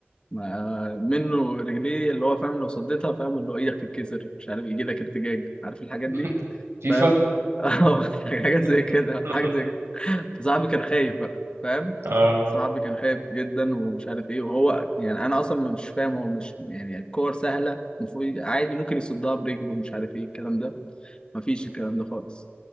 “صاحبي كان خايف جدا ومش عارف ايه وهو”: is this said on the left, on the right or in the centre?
Left